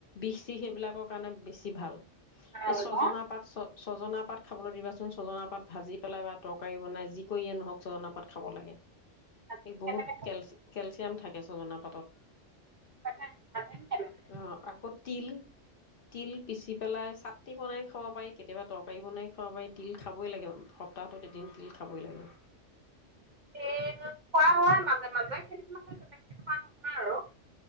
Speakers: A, on the left; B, on the right.
A: বিষি সেইবিলাকৰ কাৰণে বেছি ভাল
B: ভাল
A: এই ছজনা
B: ন?
A: পাত ছ ছজনা পাত খাবলৈ দিবাচোন ছজনা পাত ভাজি পেলাই বা তৰকাৰী বনাই যি কৰিয়ে নহওক ছজনা পাত খাব লাগে
B: আজি
A: এই
B: কেনেকে
A: বহুত কেলচ কেলচিয়াম থাকে ছজনা পাতত
B: পেলে
A: অ' আকৌ তিল তিল পিচি পেলাই চাটনি বনাই খাব পাৰি কেতিয়াবা তৰকাৰী বনাই খাব পাৰি তিল খাবই লাগে সপ্তাহটোত এদিন তিল খাবই লাগে
B: তেল খোৱা হয় মাজে মাজে সেই মানে তেনেকে খোৱা নহয় আৰু